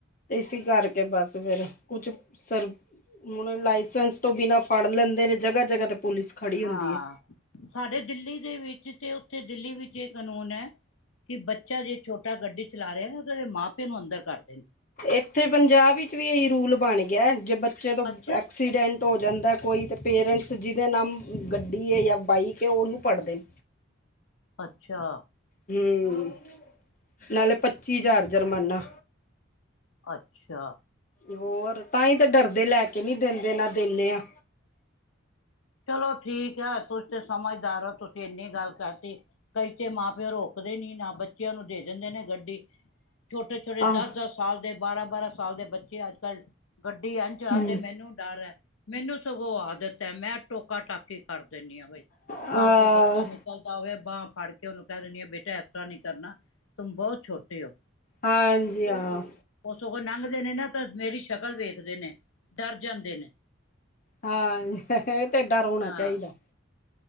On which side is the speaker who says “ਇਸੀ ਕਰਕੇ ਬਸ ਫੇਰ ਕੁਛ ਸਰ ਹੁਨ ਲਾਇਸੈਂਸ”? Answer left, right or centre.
Left